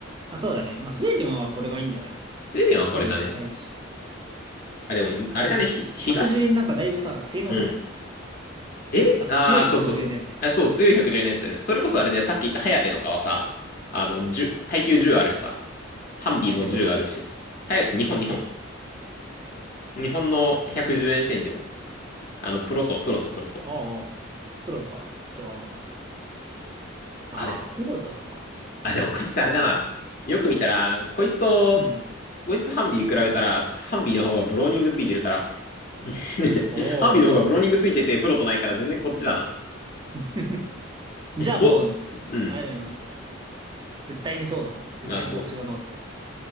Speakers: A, on the right; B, on the left.
A: あ、そうだね。まあ、スウェーデンはこれがいいんじゃない
B: スウェーデンはこれだね。
A: どうなんだろう。早いし。
B: あ、でも、あれだね。
A: 1 0 1
B: ひ、東
A: 0円なんかだいぶさ、性能差ない。
B: うん。えああー、
A: なんか強い110円のやつない。
B: そうそうそうそう。あ、そう、強い110のやついる。それこそあれで、さっき言ったハヤテとかはさ、あの、1耐久10あるしさ、ハンビーも10あるし。
A: ハヤテどこ
B: ハヤテ、日本、日本。日本の110円占領。あの、プロと、プロと、プロと。
A: ああ、プロとか。じゃあわかんねえわ。ああ、
B: あ、でも、
A: プロとなのか。
B: あ、でも、こいつあれだな。
A: なるほど。
B: よく見たら、こいつと、
A: うん。
B: こいつとハンビー比べたら、ハンビーの方がブローニングついてるから、<laughs>
A: おお。
B: ハンビーの方がブローニングついてて、プロとないから全然こっちだな。
A: <laughs> じゃあもう、
B: こ、うん。
A: あれ、絶対にそうだね。絶対にこっち側の方が強い。
B: なあ、そ